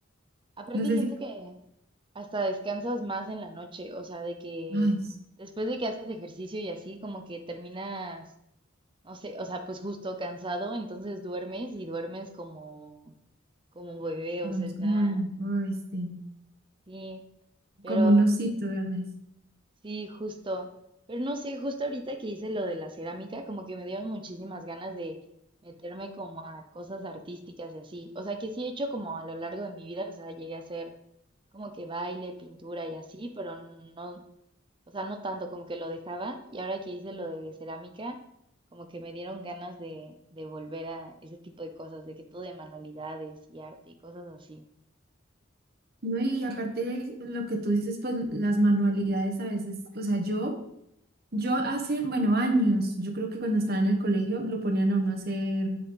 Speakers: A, on the right (about 25°); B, on the right (about 50°).
A: Aparte
B: No sé
A: siento
B: si,
A: que hasta descansas más en la noche, o sea, de que
B: ay,
A: después de que haces ejercicio y así, como que terminas, no sé, o sea, pues justo cansado, entonces duermes y duermes como, como un bebé,
B: bueno,
A: o sea,
B: es
A: está,
B: como, un- ay, sí,
A: sí, pero
B: como un osito duermes.
A: sí, justo, pero no sé, justo ahorita que hice lo de la cerámica, como que me dieron muchísimas ganas de meterme como a cosas artísticas y así, o sea, que sí he hecho como a lo largo de mi vida, o sea, llegué a hacer como que baile, pintura y así, pero no, o sea, no tanto como que lo dejaba. Y ahora que hice lo de cerámica, como que me dieron ganas de, de volver a ese tipo de cosas, de que todo de manualidades y arte y cosas así.
B: No, y aparte de lo que tú dices, pues las manualidades a veces, o sea, yo yo hace, bueno, años, yo creo que cuando estaba en el colegio lo ponían a uno a hacer